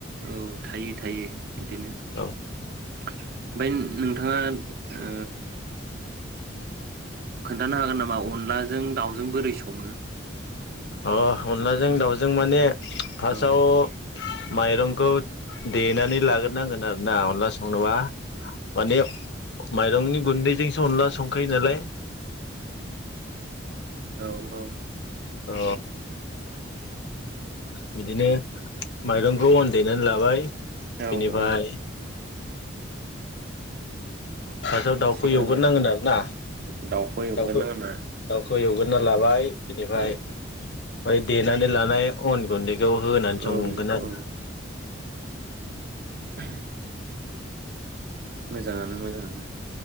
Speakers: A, on the right; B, on the left.
A: औ थायो थायो बिदिनो ओमफ्राय
B: औ
A: नोंथाङा ओ खोन्थानो हागोन नामा अनलाजों दाउजों बोरै सङो।
B: अ अनलाजों दाउजों जों माने फार्स्टआव
A: औ
B: माइरंखौ देनानै लाग्रोनांगोन आरो ना अनला संनोबा माने माइरंनि गुन्दैजोंसो अनला संखायो नालाय
A: औ औ
B: अ बिदिनो माइरंखौ अनदेनानै लाबाय
A: औ
B: बिनिफ्राय
A: औ
B: फार्सताव दाउखौ
A: थिगानो
B: एवग्रोनांगोन आरो ना
A: दाउखौ एवगोन
B: दाउ
A: आंना
B: दाउखौ एवगो होना लाबाय बिनिफ्राय
A: औ
B: बै देनानै लानाय अन गुन्दै बेयाव होनानै संगोन
A: औ
B: आरोना
A: औ
B: <inaudible>
A: <unintelligible> मोजांङानो मोजांङानो